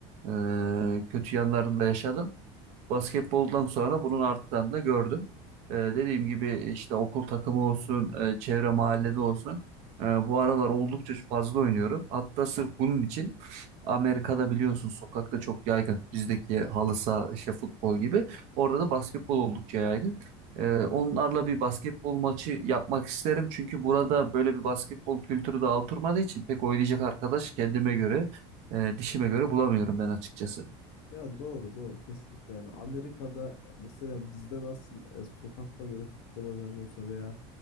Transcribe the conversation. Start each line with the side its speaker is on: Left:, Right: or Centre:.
Right: e, kötü yanlarını da yaşadım. Basketboldan sonra bunun artıdan da gördüm. Ee, dediğim gibi işte okul takımı olsun, e, çevre mahallede olsun. Ee, bu aralar oldukça fazla oynuyorum. Hatta sırf bunun için Amerika'da biliyorsun sokakta çok yaygın. Bizdeki halı saha, işte futbol gibi. Orada da basketbol oldukça yaygın. Ee, onlarla bir basketbol maçı yapmak isterim. Çünkü burada böyle bir basketbol kültürü daha oturmadığı için pek oynayacak arkadaş kendime göre, e, dişime göre bulamıyorum ben açıkçası.
Left: Ya doğru doğru kesinlikle yani Amerika'da e, mesela bizde nasıl e, sokakta böyle futbol oynanıyorsa veya